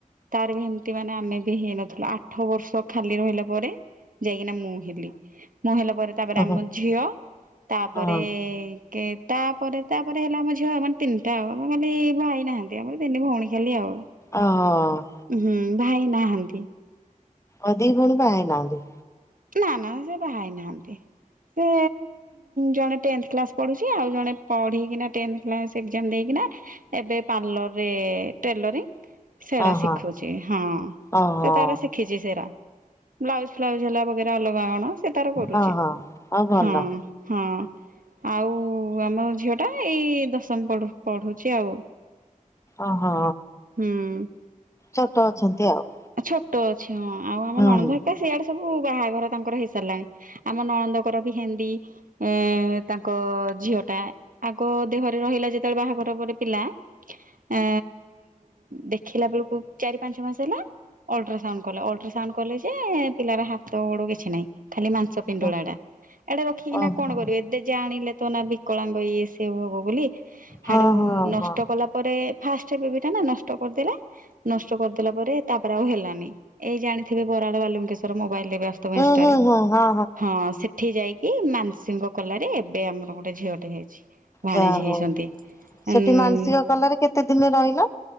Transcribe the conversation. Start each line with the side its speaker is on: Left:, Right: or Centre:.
Right: ତାର ବି ଏମିତି ମାନେ ଆମେ ବି ହେଇନଥିଲୁ, ଆଠ ବର୍ଷ ଖାଲି ରହିଲା ପରେ ଯାଇକିନା ମୁଁ ହେଲି। ମୁ ହେଲା ପରେ ତାପରେ
Left: ହଁ
Right: ଆମ ଝିଅ, ତାପରେ
Left: ହଁ
Right: କି ତାପରେ, ତାପରେ ହେଲା ଆମ ଝିଅ ମାନେ ତିନିଟା ଆଉ ଆମେ ଖାଲି ଭାଇ ନାହାନ୍ତି ଆମର ତିନି ଭଉଣୀ ଖାଲି ଆଉ
Left: ଅ ହ
Right: ହୁଁ ଭାଇ ନାହାନ୍ତି?
Left: ଆଉ ଦୁଇ ଭଉଣୀ ବାହା ହେଇନାହାନ୍ତି।
Right: ନା ନା ସେ ବାହାହେଇ ନାହାନ୍ତି। ସେ ଜଣେ ଟେଂଥ କ୍ଲାସ ପଢୁଛି ଆଉ ଜଣେ ପଢିକିନା ଟେନ କ୍ଲାସ ଏକ୍ଜାମ ଦେଇକି ଏବେ ପାର୍ଲରରେ ଟେଲରିଂ ସେଟା
Left: ଓହୋ
Right: ଶିଖୁଛି ହଁ
Left: ଓହୋ
Right: ସେ ତାରା ଶିଖିଛି ସେରା ବ୍ଲାଉଜ ଫ୍ଲାଉଜ ହେଲା ବଗେରା ଅଲଗା କଣ ସେ ତାର କରୁଛି,
Left: ହଁ ହଁ ଆଉ ଭଲ
Right: ହଁ ହଁ। ଆଉ ଆମ ଝିଅ ଟା ଏଇ ଦଶମ ପଢୁଛି ଆଉ
Left: ଓହୋ,
Right: ହୁଁ।
Left: ଛୋଟ ଅଛନ୍ତି ଆଉ
Right: ଛୋଟ ଅଛି ହଁ, ଆଉ ଆମନଣଦ
Left: ହୁଁ
Right: ଘରିକା ସେଇଆଡେ ସବୁ ବାହାଘର ତାଙ୍କର ହେଇସାରିଲାଣି, ଆମ ନଣଦ କର ବି ହେନ୍ଦୀ ଏ ତାଙ୍କ ଝିଅ ଆଗ ଦେହରେ ରହିଲା ଯେତେବେଳେ ବାହାଘର ପରେ ପିଲା ଆ ଦେଖିଲା ବେଳକୁ ଚାରି ପାଞ୍ଚ ମାସ ହେଲା ଅଲଟ୍ରାସାଉଣ୍ଡ କଲେ ଅଲଟ୍ରାସାଉଣ୍ଡ କଲେ ଯେ ପିଲାର ହାତ ଗୋଡ କିଛି ନାହିଁ ଖାଲି ମାଂସ ପିଣ୍ଡୁଳା
Left: ହୁଁ
Right: ଟା, ଏଇଟା ରଖିକିନା
Left: ଓହୋ
Right: କଣ କରିବେ, ଏବେେ ଜାଣିଲେ ତ ନା ବିକଳାଙ୍ଗ ଇଏ ସିଏ ହବ ବୋଲି
Left: ହଁ
Right: ହାଡୁ
Left: ହଁ
Right: ନଷ୍ଟ
Left: ହଁ
Right: କଲା ପରେ ଫାଷ୍ଟବେବି ଟା ନା ନଷ୍ଟ କରିଦେଲା, ନଷ୍ଟ କରିଦେଲା ପରେ, ତାରେ ଆଉ ହେଲାନି, ଏଇ ଜାଣିଥିବେ ବରାଡ ବାଲୁଙ୍କେଶ୍ୱର ମୋବାଇଲ
Left: ହୁଁ
Right: ସ୍ତ
Left: ହୁଁ
Right: <unintelligible>
Left: ହୁଁ ହଁ
Right: ହଁ ସେଠି ଯାଇ ଏଇ ମାାନସୀଙ୍କ କଲାରେ ଏବେ ଆମର ଗୋଟେ ଝିଅଟେ ହେଇଛି। ବାଣିଜୀ
Left: ଯାହା ହଉ
Right: ହେଇଛନ୍ତି
Left: ସେଠି
Right: ଉ
Left: ମାନସିକ କଲାରେ କେତେ ଦିନ ରହିଲ